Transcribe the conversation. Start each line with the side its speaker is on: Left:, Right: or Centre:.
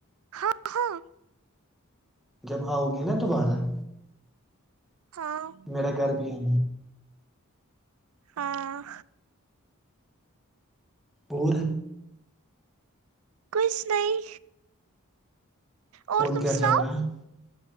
Right: ہاں ہاں
Centre: جب آؤ گی نا تو آناا ہے
Right: ہاں
Centre: میرا گھر بھی ہے ن
Right: ہاں
Centre: اور
Right: کھ نہیں اور تم
Centre: کیا
Right: سناؤ
Centre: چل رہا ہے